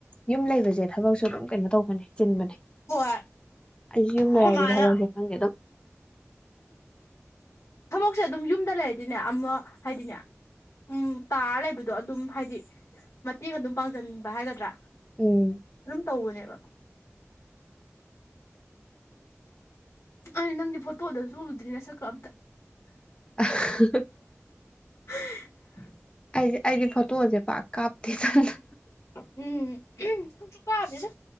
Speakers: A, on the left; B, on the left.
A: ꯌꯨꯝ ꯂꯩꯕꯁꯦ ꯊꯕꯛꯁꯨ ꯑꯗꯨꯝ ꯀꯩꯅꯣ ꯇꯧꯕꯅꯦ ꯆꯤꯟꯕꯅꯦ
B: ꯍꯣꯏ
A: ꯑꯩꯁꯨ ꯌꯨꯝꯗ
B: ꯑꯩꯈꯣꯏ
A: ꯂꯩꯔꯗꯤ
B: ꯃꯥꯅ
A: ꯊꯕꯛꯁꯦ ꯈꯪꯗꯦ ꯑꯗꯨꯝ
B: ꯊꯕꯛꯁꯦ ꯑꯗꯨꯝ ꯌꯨꯝꯗ ꯂꯩꯔꯗꯤꯅꯦ ꯑꯃ ꯍꯥꯏꯗꯤꯅꯦ ꯎꯝ ꯇꯥꯔ ꯂꯩꯕꯗꯣ ꯑꯗꯨꯝ ꯍꯥꯏꯗꯤ ꯃꯇꯦꯡ ꯑꯗꯨꯝ ꯄꯥꯡꯁꯤꯟꯕ ꯍꯥꯏꯒꯗ꯭ꯔꯥ
A: ꯎꯝ
B: ꯑꯗꯨꯝ ꯇꯧꯕꯅꯦꯕ ꯑ ꯅꯪꯒꯤ ꯐꯣꯇꯣꯗꯁꯨ ꯎꯗ꯭ꯔꯤ ꯅ ꯁꯛꯀ ꯑ ꯑꯃꯇ
A: <inaudible>
B: <inaudible>
A: ꯑꯩ ꯑꯩꯒꯤ ꯐꯣꯇꯣꯁꯦ ꯄꯥꯛ ꯀꯥꯞꯇꯦ ꯇꯟꯗꯅ
B: ꯎꯝ ꯇꯁꯨ ꯀꯥꯗꯗ